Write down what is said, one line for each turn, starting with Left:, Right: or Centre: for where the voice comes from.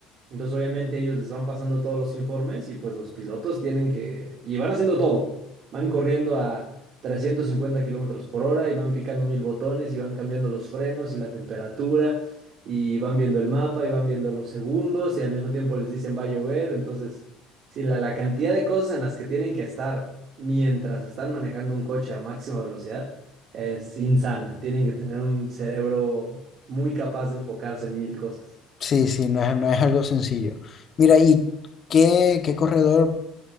Right: Entonces obviamente ellos les van pasando todos los informes y pues los pilotos tienen que, y van haciendo todo. Van corriendo a 350 kilómetros por hora y van picando mil botones y van cambiando los frenos y la temperatura y van viendo el mapa y van viendo los segundos y al mismo tiempo les dicen va a llover. Entonces... Sí, la, la cantidad de cosas en las que tienen que estar mientras están manejando un coche a máxima velocidad es insana. Tienen que tener un cerebro muy capaz de enfocarse en mil cosas.
Left: sí, sí, no es, no es algo sencillo. Mira, ¿y qué, qué corredor,